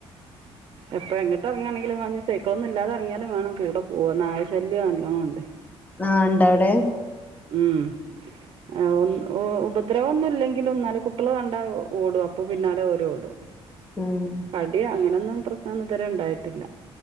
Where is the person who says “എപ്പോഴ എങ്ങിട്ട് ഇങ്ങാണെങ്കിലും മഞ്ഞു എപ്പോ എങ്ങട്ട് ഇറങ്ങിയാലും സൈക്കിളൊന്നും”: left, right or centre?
Right